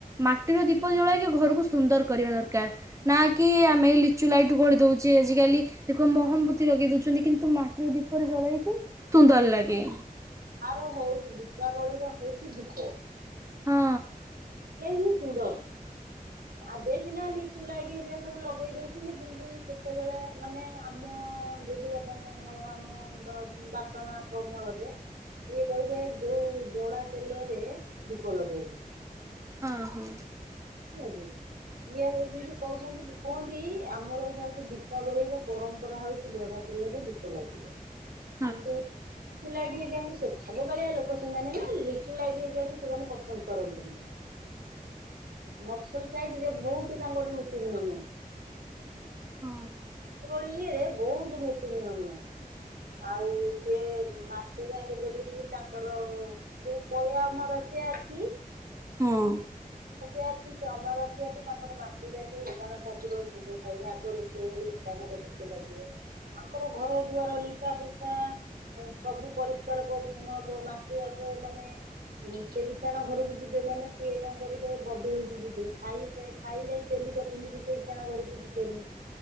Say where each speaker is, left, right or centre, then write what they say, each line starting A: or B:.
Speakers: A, on the right (about 20°); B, on the right (about 85°).
A: ମାଟିର ଦୀପ ଜଳେଇକି ଘରକୁ ସୁନ୍ଦର କରିବା ଦରକାର। ନା କି ଆମେ ଲିଚୁ ଲାଇଟ୍ ଗଳି ଦଉଛେ ଆଜିକାଲି। ଦେଖ ମହମବତି ଲଗେଇ ଦଉଛନ୍ତି। କିନ୍ତୁ ମାଟିର ଦୀପରେ ଜଳେଇକି ସୁନ୍ଦର ଲାଗେ।
B: ଆର ହଉଛି ଦୀପାବଳି ର ହଉଛି ଦୀପ।
A: ହଁ।
B: ସେହି ହିଁ ସୁନ୍ଦର।
A: <inaudible>
B: ଏବେ ସିନା ଲିଚୁଲାଇଟ୍ ହେରିଆ ସବୁ ଲଗେଇ ଦଉଛନ୍ତି, କିନ୍ତୁ ସେତେବେଳେ ମାନେ ଆମ୍ ଆମ ଜେଜେବାପାଙ୍କ ଅମଳ, ଆମ ବାପା ମାଙ୍କ ଅମଳରେ ସିଏ କହିବେ ଯୋଉ ଜଡ଼ା ତେଲରେ ଦୀପ ଲଗେଇବେ।
A: ହଁ ହଁ।
B: <inaudible> ସିଏ ଏହି ବିଡି କହୁଛନ୍ତି କୁହନ୍ତି ଆମର ଏଇଟା ହୋଉଛି ଦୀପାବଳିର ପରମ୍ପରା ହଉଛି ଯଡା ତେଲରେ ଦୀପ ଲାଗିବ।
A: <inaudible>
B: କିନ୍ତୁ। ଲିଚୁଲାଇଟ ଯେମିତି ସେମିତି ଆଗକାଳିଆ ଲୋକ ସେମାନେ ନା ଲିଚୁଲାଇଟ ଯେମିତି ସେମାନେ ପସନ୍ଦ କରନ୍ତିନି। ମଫସଲ ସାଇଡରେ ବହୁତ ତାଙ୍କର ନୀତି ନିୟମ।
A: ହଁ
B: <unintelligible> ଇଏରେ ବହୁତ ନୀତି ନିୟମ। ଆଉ ସିଏ ମାସେ ଯାକେ ବେଲିକି ତାଙ୍କର ଯୋଉ ପଇଆ ଅମାବାସ୍ୟା ଅଛି
A: ହଁ।
B: ଅମାବାସ୍ୟା ଅଛି ସେ ଅମାବାସ୍ୟା ଠୁ ତାଙ୍କର ମାସେ ଯାକେ ଇସାଣ ଠାକୁର ଭୋଗ ଖାଇବେ ଆଗ ରୋଷେଇ ହେଲେ। ଭୋଗ ଲାଗିବ ତାଙ୍କର ଘର ଦୁଆର ଲିପା ପୋଛା ସବୁ ପରିଷ୍କାର ପରିଚ୍ଛନ୍ନ ହବ ମାସ ଯାକ ମାନେ ହୁଁ ସେ ଇଶାଣ ଘରକୁ ଯିବେ ମାନେ ସିଏ କଣ କରିବେ ବଦୁଳି ଯିବେ ଖାଇ ଖାଇଲେ ସେ ଲୁଗା ପିନ୍ଧିକି ସେଇ ଈଶାନ ଘରକୁ ଯିବେନି।